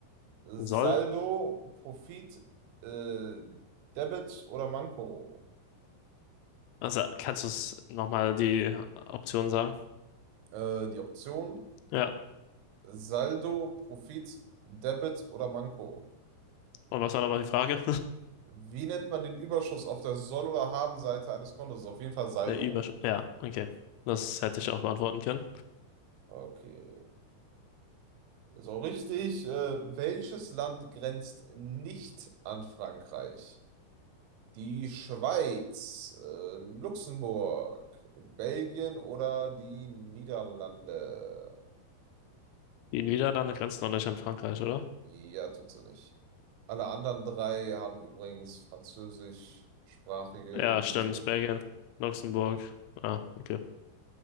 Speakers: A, on the right; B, on the left.
A: Saldo,
B: soll
A: Profit, äh, Debit oder Manko?
B: Also kannst du es nochmal die Option sagen?
A: Äh, die Option.
B: Ja.
A: Saldo, Profit, Debit oder Manko.
B: Und was war nochmal die Frage?
A: Wie nennt man den Überschuss auf der Soll- oder Haben-Seite eines Kontos? Auf jeden
B: <laughs>
A: Fall Saldo.
B: Der Übersch... Ja, okay. Das hätte ich auch beantworten können.
A: Okay, ist auch richtig. Äh, welches Land grenzt nicht an Frankreich? Die Schweiz, äh, Luxemburg, Belgien oder die Niederlande?
B: Die Niederlande grenzen doch nicht an Frankreich, oder?
A: Ja, tut sie nicht. Alle anderen drei haben übrigens französischsprachige
B: Ja,
A: Gebiete.
B: stimmt. Belgien, Luxemburg. Ah, okay.